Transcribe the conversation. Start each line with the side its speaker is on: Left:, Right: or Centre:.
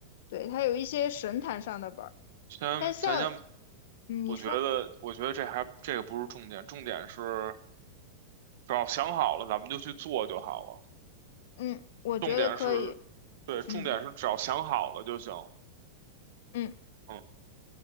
Left: 对，他有一些神坛上的本儿，
Right: 先，
Left: 但像
Right: 咱先，
Left: 嗯你说，
Right: 我觉得，我觉得这还这个不是重点，重点是只要想好了，咱们就去做就好了。
Left: 嗯，我觉得可以，
Right: 重点是，对，重点是只要想好了就行。
Left: 嗯嗯，
Right: 嗯，